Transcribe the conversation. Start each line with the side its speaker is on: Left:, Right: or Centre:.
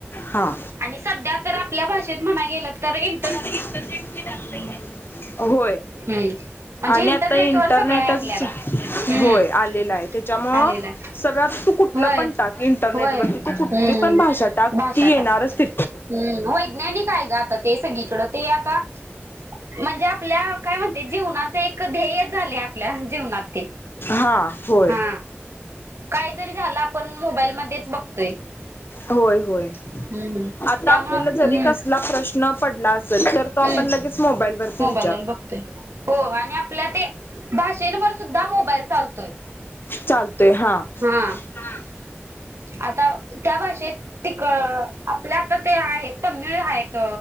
Left: हा
Right: आणि सध्या तर आपल्या भाषेत म्हणाय गेलं तर इन
Left: <unintelligible> अ होय.
Right: हम्म म्हणजे
Left: आणि
Right: इंटरनेट
Left: आता इंटरनेटच
Right: वर सगळं आहे आपल्याला. हम्म
Left: होय आलेला आहे, त्याच्यामुळ
Right: आलेला
Left: सगळ आता तू कुठलं
Right: होय
Left: पण टाक इंटरनेटवरती
Right: होय हम्म.
Left: तू कुठली पण भाषा टाक,
Right: भाषा
Left: ती येणारच
Right: टाक
Left: ति
Right: हम्म वैज्ञानिक आहे ग आता ते सगळीकडं, ते आता म्हणजे आपल्या काय म्हणते जीवनाचे एक ध्येय झाले, आपल्या जीवनात
Left: हा
Right: <unintelligible>
Left: होय
Right: हा, काय जरी झालं आपण मोबाईल म तेच बघतोय.
Left: होय होय.
Right: हम्म हम्म
Left: आता
Right: त्यामुळे
Left: आपल्याला जरी
Right: हम्म
Left: कसला प्रश्न पडला असल, तर तो आपण
Right: हम्म
Left: लगेच मोबाईलवरती वि
Right: <unintelligible> बघतोय, हो आणि आपल्या ते भाषेंवर सुद्धा मोबाईल चालतोय.
Left: चालतोय हा,
Right: हा
Left: हा
Right: आता त्या भाषेत तिक आपल्या आता ते आहेत. तमिळ हायत